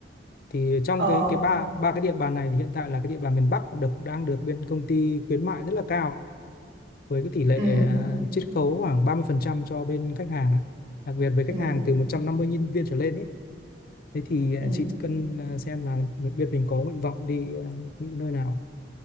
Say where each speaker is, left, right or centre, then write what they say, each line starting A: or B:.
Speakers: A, on the left (about 55°); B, on the right (about 85°).
A: thì trong
B: Ờ,
A: cái cái ba ba cái địa bàn này thì hiện tại là cái địa bàn miền Bắc được đang được bên công ty khuyến mại rất là cao với cái tỷ lệ
B: ừ.
A: à, chiết khấu khoảng 30% cho bên khách hàng ạ. đặc biệt với
B: Ừ.
A: khách hàng từ 150 nhân viên trở lên ấy thế thì à,
B: Ừ.
A: chị cần à, xem là bên mình có nguyện vọng đi à, những nơi nào